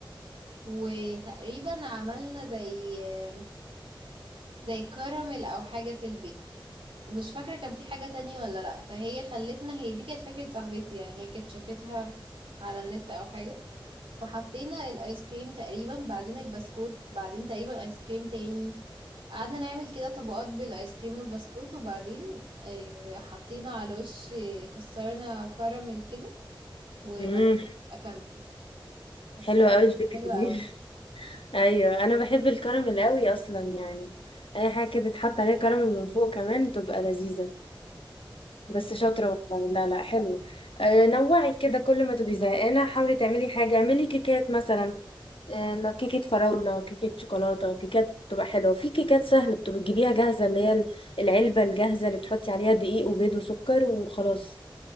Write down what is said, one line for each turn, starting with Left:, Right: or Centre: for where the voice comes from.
Right: وتقريبا عملنا زي آه، زي كراميل او حاجة في البيت ومش فاكرة كان في حاجة تانية ولا لا فهي خلتنا هي دي كانت فكرة صاحبتي يعني هي كانت شافتها على النت او حاجة فحطينا الايس كريم تقريبا بعدين البسكوت بعدين تقريبا ايس كريم تاني قعدنا نعمل كده طبقات بالايس كريم والبسكوت وبعدين آه، حطينا على وش آه، كسرنا كراميل كده وبس
Left: امم
Right: اكلنا حاساها
Left: حلوة قوي
Right: كانت
Left: الفكرة
Right: حلوة
Left: دي
Right: أوي
Left: <laughs> ايوه انا بحب الكراميل قوي اصلا يعني اي حاجة كده تتحط عليها كراميل من فوق كمان تبقى لذيذة
Right: بالظبط
Left: بس شاطرة والله لا لا حلو آه، نوعي كده كل ما تبقي زهقانة حاولي تعملي حاجة اعملي كيكات مثلا آه، كيكة فراولة كيكة شوكولاتة كيكات بتبقى حلوة في كيكات سهلة بتبقى تجيبيها جاهزة اللي هي ال- العلبة الجاهزة اللي بتحطي عليها دقيق وبيض وسكر وخلاص